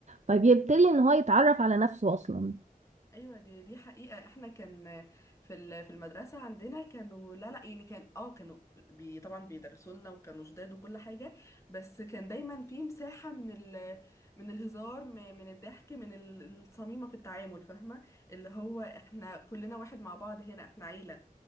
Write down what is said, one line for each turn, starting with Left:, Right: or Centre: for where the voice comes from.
Right: فبيبتدي ان هو يتعرف على نفسه اصلا
Left: ايوه دي دي حقيقه احنا كان في ال- في المدرسه عندنا كانوا لا لا يعني كان اه كانوا بي طبعا بيدرسوا لنا وكانوا شداد وكل حاجه بس كان دايما في مساحه من ال من الهزار م- من الضحك من ال- الصميمه في التعامل فاهمه اللي هو احنا كلنا واحد مع بعض هنا احنا عيله